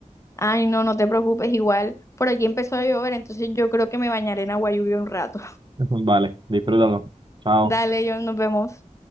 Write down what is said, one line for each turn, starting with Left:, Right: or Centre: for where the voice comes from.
Left: Ay, no, no te preocupes, igual por aquí empezó a llover, entonces yo creo que me bañaré en agua lluvia un rato. <laughs>
Right: <laughs> Vale, disfrútalo. Chao.
Left: Dale, John, nos vemos.